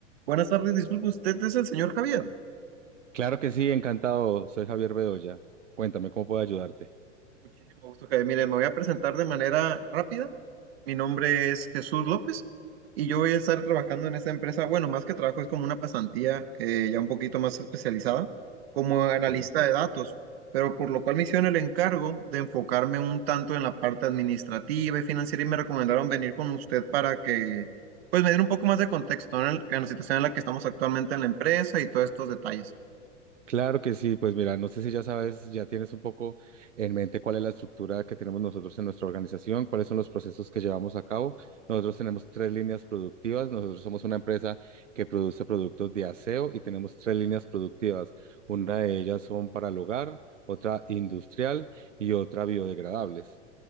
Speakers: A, on the right; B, on the right.
A: Buenas tardes, disculpe, ¿usted es el señor Javier?
B: Claro que sí, encantado. Soy Javier Bedoya. Cuéntame cómo puedo ayudarte.
A: Muchísimo gusto, Javier. Mire, me voy a presentar de manera rápida. Mi nombre es Jesús López y yo voy a estar trabajando en esta empresa. Bueno, más que trabajo, es como una pasantía eh, ya un poquito más especializada, como analista
B: Sí.
A: de datos, pero por lo cual me hicieron el encargo de enfocarme un tanto en la parte administrativa y financiera y me recomendaron venir con usted para que, pues, me diera un poco más de contexto ¿no? en, el- en la situación en la que estamos actualmente en la empresa y todos estos detalles.
B: Claro que sí, pues mira, no sé si ya sabes, ya tienes un poco en mente cuál es la estructura que tenemos nosotros en nuestra organización, cuáles son los procesos que llevamos a cabo. Nosotros tenemos tres líneas productivas, nosotros somos una empresa que produce productos de aseo y tenemos tres líneas productivas. Una de ellas son para el hogar, otra industrial y otra biodegradables.